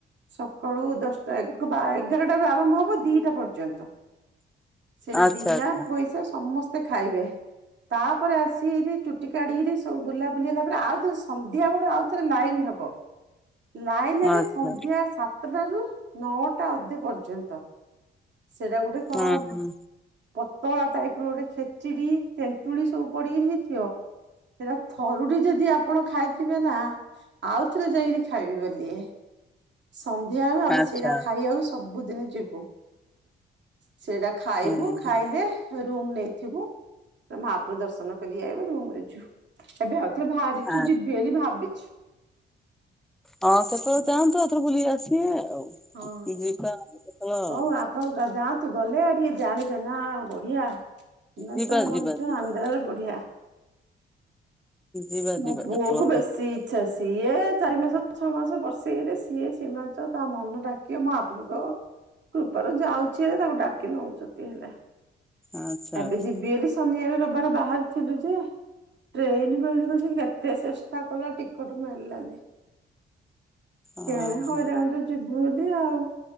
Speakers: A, on the right; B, in the centre.
A: ସକାଳୁ ଦଶଟା ବା ଏଗାରଟାରୁ ଆରମ୍ଭ ହବ ଦି ଟା ପର୍ଯ୍ୟନ୍ତ ସେଠି
B: ଆଚ୍ଛା
A: ବିନା
B: ଆଚ୍ଛା
A: ପଇସା ସମସ୍ତେ ଖାଇବେ। ତାପରେ ଆସିକିରି ଚୁଟି କାଢିକିରି ସବୁ ବୁଲା ବୁଲିଲା ପରେ ଆଉ ଥରେ ସନ୍ଧ୍ୟା ବେଳ ଆଉ ଥରେ ଲାଇନ ହବ। ଲାଇନ ହେଲେ
B: ଆଚ୍ଛା।
A: ସନ୍ଧ୍ୟା ସାତଟାରୁ ନଅଟା ଅଧେ ପର୍ଯ୍ୟନ୍ତ ସେଇଟା ଗୋଟେ କଣ
B: ହୁଁ ହୁଁ
A: ପତଳା ଟାଇପ ର ଗୋଟେ ଖେଚିଡି ତେନ୍ତୁଳି ସବୁ ପଡିକିରି ହେଇଥିବ। ସେଇଟା ଥରୁଟେ ଯଦି ଆପଣ ଖାଇଥିବେ ନା ଆଉଥରେ ଯାଇକିରି ଖାଇବି ବେଲିଏ। ସନ୍ଧ୍ୟା ବେଳୁ ଆମେ
B: ଆଚ୍ଛା
A: ସେଇରା ଖାଇ ଆକୁ ସବୁଦିନି ଯିବୁ। ସେଇଟା ଖାଇବୁ
B: ହୁଁ
A: ଖାଇଲେ
B: ହୁଁ
A: ରୁମ ନେଇଥିବୁୁ ମହାପ୍ରଭୁ ଦର୍ଶନ କରି ଆଇବୁ ରୁମ ରେ ଯୁ ଏବେ ଆଉଥରେ ବାହାରିଛୁ
B: ଆ
A: ଯିବି ବୋଲି ଭାବିଚି
B: ହଁ କେତେବେଳେ ଯାଆନ୍ତୁ ଆଉ ଥରେ ବୁଲିକି ଆସିବେ ଆଉ,
A: ହଁ
B: ଯିବା କେତେବେଳେ
A: ହଉ
B: ଆଉ
A: ଆପଣ ଗ ଯାଆନ୍ତୁ ଗଲେ ଆଉ ଟିକେ ଜାଣିବେ ନା ବଢିଆ ହିମାଚଳ
B: ଯିବା ଯିବା
A: ମନ୍ଦିର
B: ଯିବା
A: ଆନ୍ଧ୍ରାରେ ବଢିଆ।
B: ଯିବା
A: ମୋ
B: ଯିବା
A: ପୁଅକୁୁ
B: କେତେବେଳେ
A: ବେଶି
B: ଯାଇକି
A: ଇଚ୍ଛା ସିଏ ଚାରି ମାସ ଛଅ ମାସ ବର୍ଷେ କେରେ ସିଏ ସୀମାଞ୍ଚ ତା ମନ ଡାକିବ ମାହାପୁରୁ ଙ୍କ କୃପାରୁ ଯାଉଛି ହେ ତାକୁ ଡାକି ନଉଛନ୍ତି ହେଲେ
B: ଆଚ୍ଛା
A: ଏବେ
B: ଆଚ୍ଛା
A: ଯିବି ବୋଲି ଶନିିବାରେ ରିବିବାରେ ବାହାରିଥିଲୁ ଯେ ଟ୍ରେନ୍ ବେଳକୁ କେତେ ଚେଷ୍ଟା କଲା ଟିକଟ ମିଳିଲାନି
B: ଓହୋ
A: କେ ହଇରାଣରେ ଯିବୁ ବୋଲି ଆଉ